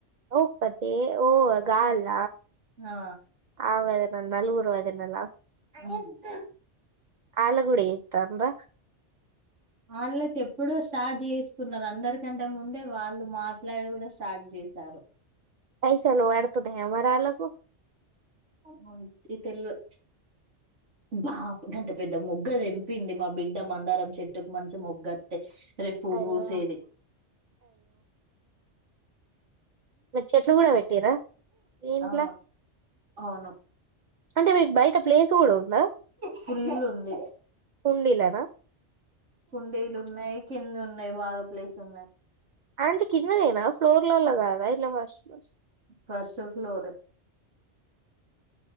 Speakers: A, on the right (about 45°); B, on the right (about 85°).
A: ఒకతె ఓ గాల
B: ఆ
A: అవద్ న నలుగురు వదినల
B: ముగ్
A: ఆలు గుడ జేతరా
B: అలతే ఎప్పుడో స్టార్ట్ చేసుకున్నారు అందరికంటే ముందే వాళ్ళు మాట్లాడు కూడా స్టార్ట్ జెస్ సారు
A: పైసలు వడ్తున్నాయా మరి ఆలకు
B: మ్ ఇగ తెల్వద్ బాప్ గంత పెద్ద మొగ్గ తెంపింది మా బిడ్డ మందారం చెట్టుకు మంచి మొగ్గస్తే రేప్ పువ్వు
A: అయ్యో
B: వూసేది
A: మీర్ చెట్లు కూడా వేటిరా మీ ఇంట్లా
B: ఆ అవును
A: అంటే మిక్ బయట ప్లేస్ కూడా ఉందా
B: ఫుల్ ఉంది
A: హుండీల నా
B: హుండీలు ఉన్నాయి కింద ఉన్నాయి బాగా ప్లేస్ ఉన్నాయి
A: అంటే కిందనేనా ఫ్లోర్ లలా కాదా ఇట్ల ఫస్ట్ ఫ్లోర్స్
B: ఫస్ట్ ఫ్లోరె